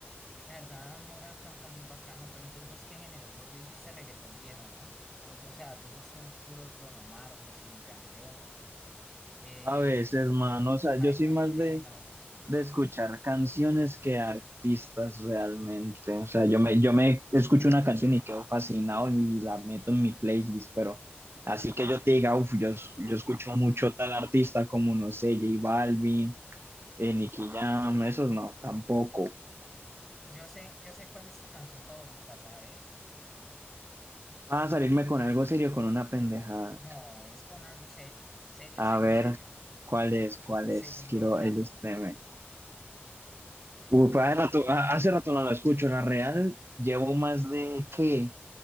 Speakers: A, in the centre; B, on the right.
A: La verdad, Mora canta muy bacano, pero entonces vos qué género? Vos dijiste reggaetón viejo, ¿no? Vos, o sea, vos sos un puro Don Omar, Wisin y Yandel, eh,
B: A veces, mano, o sea,
A: Zion
B: yo soy más
A: y Lennox.
B: de de escuchar canciones que artistas realmente. O sea, yo me, yo me escucho una canción y quedo fascinado y la meto en mi playlist, pero así que yo te diga, uff, yo, yo escucho mucho tal artista como, no sé, J Balvin, eh, Nicky Jam, esos no, tampoco.
A: Yo sé, yo sé cuál es su canción favorita, ¿sabes?
B: A salirme con algo serio, con una pendejada.
A: No, es con algo serio, serio,
B: A
A: serio,
B: ver,
A: serio.
B: ¿cuál es? ¿Cuál es?
A: Segundo
B: Quiero
A: plato.
B: ilustrarme. Uf, hace rato, hace rato no la escucho, la real. Llevo más de, ¿qué?